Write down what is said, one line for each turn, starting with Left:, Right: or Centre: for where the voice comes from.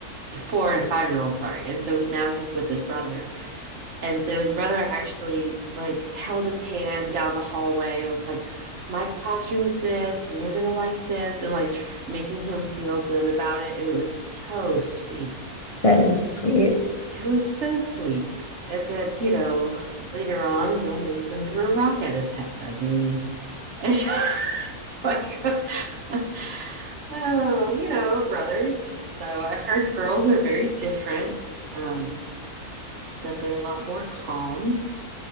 Right: four and five year olds, sorry, and so now he's with his brother, And so his brother actually like held his hand down the hallway and was like, "My classroom's this, and you're gonna like this," and like tr- making him feel good about it. And it was so sweet.
Left: that is sweet.
Right: It was so sweet. And then you know later on, you know Mason threw a rock at his head. I mean, <laughs> it's just like. <laughs> Oh, you know, brothers. So I've heard girls are very different, um, that they're a lot more calm.